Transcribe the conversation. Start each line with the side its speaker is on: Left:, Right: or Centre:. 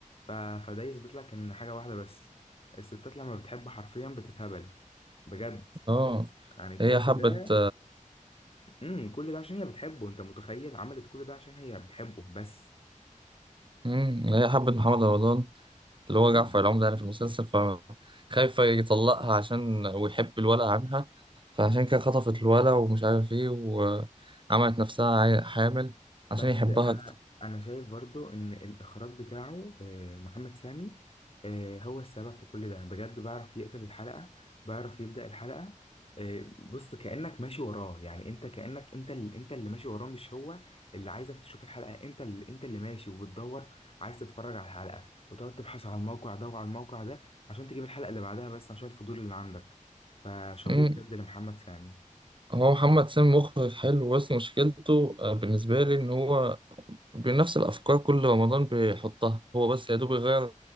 Left: ف... فده يثبت لك ان حاجه واحده بس الستات لما بتحب حرفيا بتتهبل بجد
Right: اه
Left: يعني كل
Right: هي حبت
Left: ده امم كل ده عشان هي بتحبه انت متخيل عملت كل ده عشان هي بتحبه بس
Right: مم. هي حبت محمد رمضان اللي هو
Left: مم.
Right: جعفر العمدة يعني في المسلسل فخايفة يطلقها عشان ويحب الولد عنها فعشان كده خطفت الولد ومش عارف ايه وعملت نفسها عي- حامل
Left: بس
Right: عشان يحبها
Left: انا
Right: أكتر
Left: انا شايف برضو ان الاخراج بتاعه آه، محمد سامي آه، هو السبب في كل ده بجد بيعرف يقفل الحلقة بيعرف يبدأ الحلقة آه، بص كأنك ماشي وراه يعني انت كأنك انت اللي انت اللي ماشي وراه مش هو اللي عايزك تشوف الحلقة انت اللي انت اللي ماشي وبتدور عايز تتفرج على الحلقة وتقعد تبحث على الموقع ده وعلى الموقع ده عشان تجيب الحلقة اللي بعدها بس عشان الفضول اللي عندك فشابوه
Right: مم.
Left: بجد لمحمد سامي
Right: هو محمد سامي مخرج حلو بس مشكلته آه، بالنسبة لي إن هو بنفس الأفكار كل رمضان بيحطها هو بس يا دوب يغير